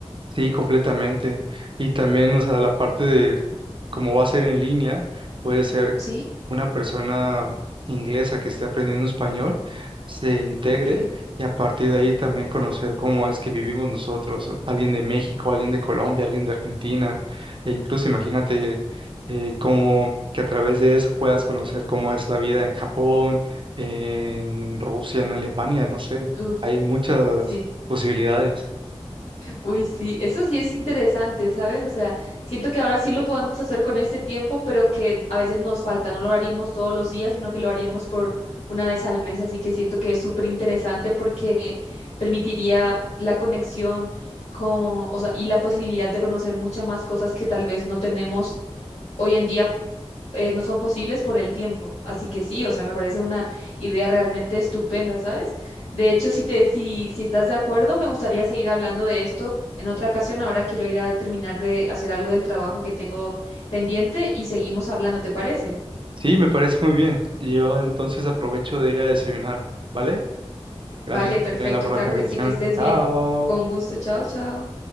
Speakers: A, on the right; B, on the left.
A: Sí, completamente. Y también, o sea, la parte de cómo va a ser en línea, puede ser
B: Sí,
A: una persona inglesa que esté aprendiendo español, se integre
B: ok,
A: y a partir de ahí también conocer cómo es que vivimos nosotros, alguien de México, alguien de Colombia, alguien de Argentina, e incluso imagínate eh, cómo que a través de eso puedas conocer cómo es la vida en Japón, en Rusia, en Alemania, no sé,
B: uf,
A: hay muchas
B: sí.
A: posibilidades.
B: Uy, sí, eso sí es interesante, ¿sabes? O sea, siento que ahora sí lo podemos hacer con este tiempo, pero que a veces nos falta, no lo haríamos todos los días, sino que lo haríamos por una vez al mes, así que siento que es súper interesante porque permitiría la conexión con, o sea, y la posibilidad de conocer muchas más cosas que tal vez no tenemos hoy en día eh, no son posibles por el tiempo. Así que sí, o sea, me parece una idea realmente estupenda, ¿sabes? De hecho, si te, si, si estás de acuerdo, me gustaría seguir hablando de esto en otra ocasión. Ahora quiero ir a terminar de hacer algo del trabajo que tengo pendiente y seguimos hablando, ¿te parece?
A: Sí, me parece muy bien. Yo entonces aprovecho de ir a desayunar, ¿vale? Gracias,
B: Vale,
A: Antonella,
B: perfecto,
A: por
B: claro
A: la conversación.
B: que sí, que estés
A: Chao.
B: bien. Con gusto, chao, chao.